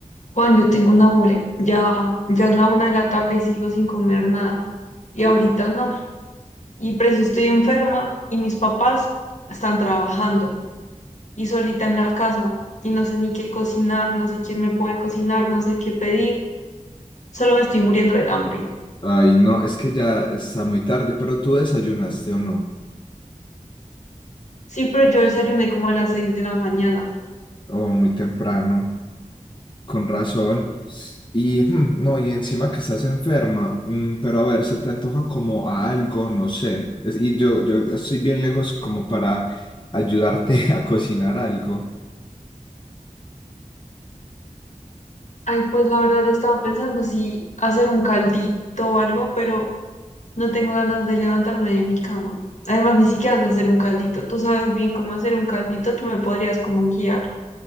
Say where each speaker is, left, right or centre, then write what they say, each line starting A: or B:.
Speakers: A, on the left; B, on the left.
A: Juan, yo tengo un hambre. Ya, ya es la una de la tarde y sigo sin comer nada. Y ahorita no. Y precio estoy enferma y mis papás están trabajando y solita en la casa. Y no sé ni qué cocinar, no sé quién me puede cocinar, no sé qué pedir. Solo me estoy muriendo del hambre.
B: Ay, no, es que ya está muy tarde, pero tú desayunaste o no,
A: Sí, pero yo desayuné como a las seis de la mañana.
B: o muy temprano, con razón. Y mm, no, y encima que estás enferma, mm, pero a ver, se te antoja como a algo, no sé. Es- y yo, yo estoy bien lejos como para ayudarte <laughs> a cocinar algo.
A: Ay, pues la verdad estaba pensando si hacer un caldito o algo, pero No tengo ganas de levantarme de mi cama. Además, ni siquiera sé hacer un caldito. Tú sabes bien cómo hacer un caldito, tú me podrías como guiar.